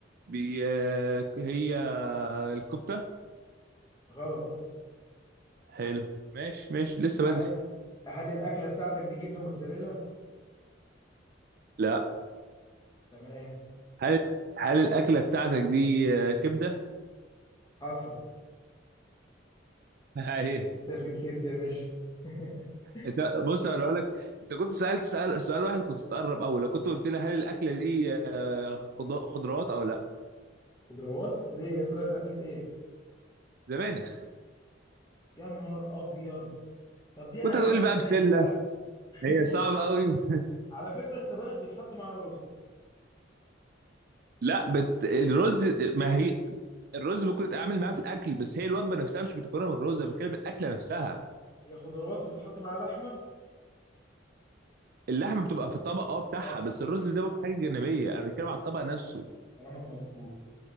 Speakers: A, on the right; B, on the left.
A: بي آه، هي الكفتة
B: غلط
A: حلو ماشي ماشي لسه
B: هل
A: بدري
B: هل الاكله بتاعتك دي جبنه موتزاريلا
A: لا
B: تمام
A: هل هل الأكلة بتاعتك دي آه، كبدة
B: حصل <laughs>
A: <laughs>
B: انت اللي كسبت يا باشا <laughs>
A: انت بص انا اقول لك انت كنت سالت سأل سؤال واحد كنت تقرب قوي لو كنت قلت لي هل الاكله دي آه، خض- خضروات او لا
B: خضروات ليه هي طلعت اكله ايه
A: زمانك
B: يا نهار ابيض طب دي انا
A: كنت
B: هجيبها
A: هتقول
B: ازاي
A: بقى بسله
B: دي بقى <laughs>
A: هي صعبه قوي <laughs>
B: على فكره السبانخ بيتحط معاها رز
A: لا بت... الرز ما هي الرز ممكن تتعامل معاه في الاكل بس هي الوجبه نفسها مش متكونه من الرز انا بتكلم الاكله نفسها
B: هي خضروات وبيتحط معاها لحمه
A: اللحمه بتبقى في الطبق اه بتاعها
B: حصل
A: بس الرز ده بقى
B: حصل
A: حاجه جانبيه انا بتكلم على
B: حصل
A: الطبق نفسه
B: كلامك مظبوط